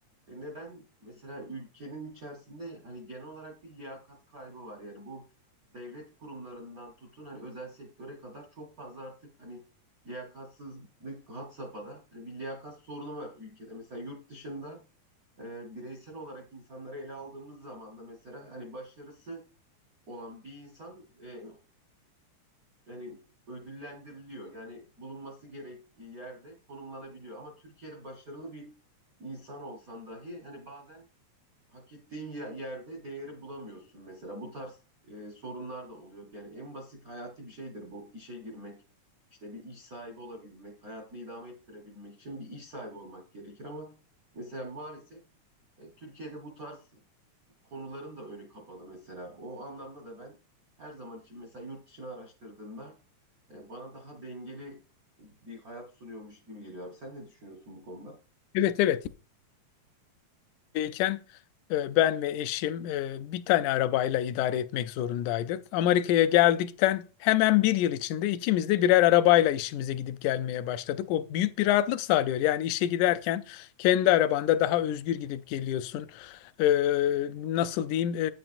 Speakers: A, on the right; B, on the left.
A: E neden mesela ülkenin içerisinde hani genel olarak bir liyakat kaybı var. Yani bu devlet kurumlarından tutun hani özel sektöre kadar çok fazla artık hani liyakatsızlık had safhada. Hani bir liyakat sorunu var ülkede. Mesela yurt dışında e, bireysel olarak insanları ele aldığımız zaman da mesela hani başarısı olan bir insan e, yani ödüllendiriliyor. Yani bulunması gerektiği yerde konumlanabiliyor. Ama Türkiye'de başarılı bir insan olsan dahi hani bazen hak ettiğin ye- yerde değeri bulamıyorsun mesela. Bu tarz e, sorunlar da oluyor. Yani en basit hayati bir şeydir bu işe girmek. İşte bir iş sahibi olabilmek, hayatını idame ettirebilmek için bir iş sahibi olmak gerekir ama mesela maalesef e, Türkiye'de bu tarz konuların da önü kapalı mesela. O anlamda da ben her zaman için mesela yurt dışını araştırdığımda e, bana daha dengeli bir hayat sunuyormuş gibi geliyor abi. Sen ne düşünüyorsun bu konuda?
B: Evet evet Amerika'dayken e, ben ve eşim e, bir tane arabayla idare etmek zorundaydık. Amerika'ya geldikten hemen bir yıl içinde ikimiz de birer arabayla işimize gidip gelmeye başladık. O büyük bir rahatlık sağlıyor. Yani işe giderken kendi arabanda daha özgür gidip geliyorsun. E, nasıl diyeyim